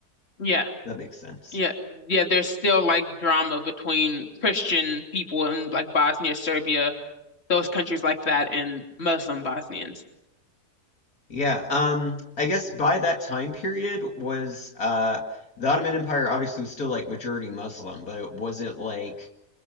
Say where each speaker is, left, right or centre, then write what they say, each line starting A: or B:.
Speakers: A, on the left; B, on the left.
A: yeah,
B: That makes sense.
A: yeah, yeah. There's still like drama between Christian people in like Bosnia, Serbia, those countries like that, and Muslim Bosnians.
B: Yeah, um, I guess by that time period was uh, the Ottoman Empire obviously was still like majority Muslim, but it was it wasn't, like